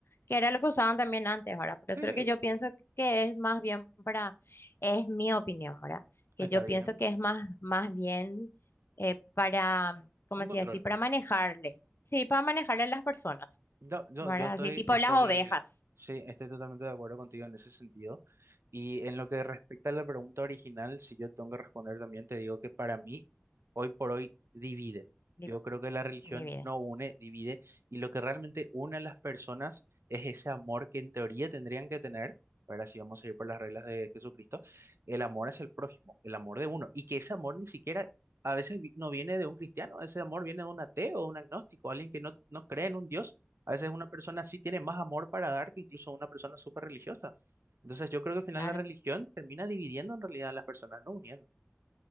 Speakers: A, on the left (about 60°); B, on the right (about 75°).
A: que era lo que usaban también antes ahora. Por eso
B: Sí,
A: es lo que yo pienso que es más bien para, es mi opinión ahora, que
B: está
A: yo pienso
B: bien,
A: que es
B: está
A: más,
B: bien.
A: más bien eh, para, ¿cómo
B: Un
A: te
B: control.
A: iba a decir? Para manejarle. Sí, para manejarle a las personas,
B: No, no,
A: ¿verdad?
B: yo estoy,
A: Así tipo
B: estoy,
A: las ovejas,
B: sí, estoy totalmente de acuerdo contigo en ese sentido. Y en lo que respecta a la pregunta original, si yo tengo que responder también, te digo que para mí, hoy por hoy, divide.
A: di-
B: Yo creo que la religión
A: divide,
B: no une, divide. Y lo que realmente une a las personas es ese amor que en teoría tendrían que tener, ahora si vamos a ir por las reglas de Jesucristo, el amor hacia el prójimo, el amor de uno. Y que ese amor ni siquiera... A veces vi- no viene de un cristiano, ese amor viene de un ateo, un agnóstico, alguien que no, no cree en un Dios a veces una persona sí tiene más amor para dar que incluso una persona súper religiosa. Entonces yo creo que al final
A: claro,
B: la religión termina dividiendo en realidad a las personas, no uniendo.